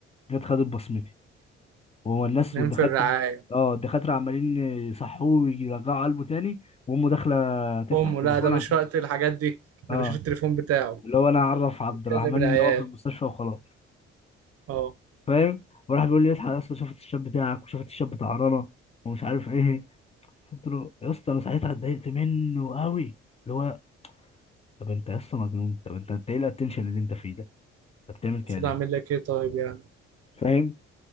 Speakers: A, on the left; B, on the right.
A: جت خدت بصمتي وهو الناس
B: نام
A: والدكاتره
B: في الرعاية
A: اه الدكاتره عمالين يصحوه ويرجعوا قلبه تاني وامه داخله تفتح
B: امه
A: التليفون
B: لا ده مش
A: عشان
B: وقت الحاجات دي
A: اه
B: انا بشوف التليفون بتاعه
A: اللي هو انا اعرف عبد
B: بيتكلم
A: الرحمن
B: العيال
A: ان هو في المستشفى وخلاص
B: اه
A: فاهم وراح بيقول لي اصحى يا اسطى شافت الشاب بتاعك وشافت الشاب بتاع رنا ومش عارف ايه قلت له يا اسطى انا ساعتها اتضايقت منه قوي اللي هو طب انت يا اسطى مجنون طب انت انت ايه الاتنشن اللي انت فيه ده انت بتعمل
B: المفروض
A: كده ليه
B: اعمل لك ايه طيب يعني
A: فاهم